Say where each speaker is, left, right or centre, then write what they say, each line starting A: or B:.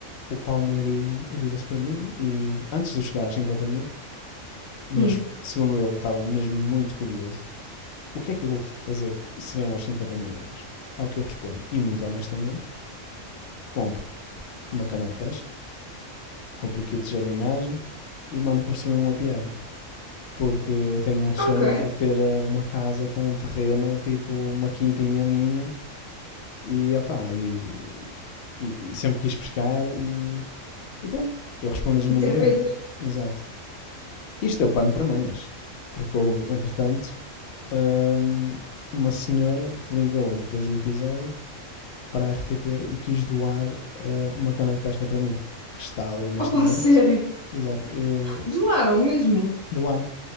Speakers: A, on the left; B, on the left.
A: o Palmeirinho vira-se para mim e antes de eu chegar às 50 mil, mas
B: Hum.
A: segundo ele estava mesmo muito curioso, o que é que eu vou fazer se ganhar os 50 mil euros? Ao que eu respondo, e muito honestamente, compro uma cana de pesca, compro um kit de jardinagem e mando construir um apiário. porque eu tenho um sonho
B: Ok.
A: de ter eh, uma casa com um terreno, tipo uma quintinha minha, e, opá, e, e- e sempre quis pescar e, e pronto, eu respondi genuinamente.
B: E ter a vidas.
A: Exato. Isto deu pano para mangas, porque houve, entretanto, hum, uma senhora que ligou depois do episódio para a RTP e quis doar eh, uma cana de pesca para mim, que está ali neste
B: Opa,
A: momento.
B: a sério.
A: Exato, eu
B: Doaram mesmo.
A: doaram.